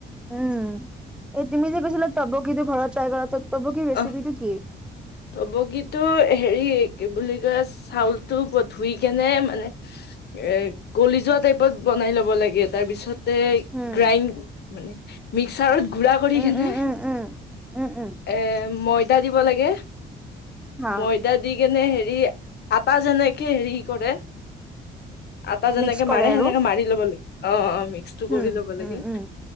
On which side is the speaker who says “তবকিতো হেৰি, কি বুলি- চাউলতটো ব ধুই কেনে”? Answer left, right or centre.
Left